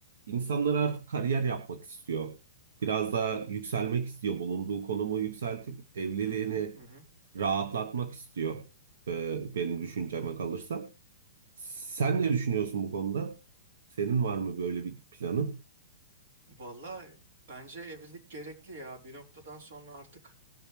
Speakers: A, on the right; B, on the right.
A: insanlar artık kariyer yapmak istiyor. Biraz daha yükselmek istiyor. Bulunduğu konumu yükseltip evliliğini
B: Hı hı hı hı.
A: rahatlatmak istiyor. Ee, benim düşünceme kalırsa. Sen ne düşünüyorsun bu konuda? Senin var mı böyle bir planın?
B: Valla bence evlilik gerekli ya. Bir noktadan sonra artık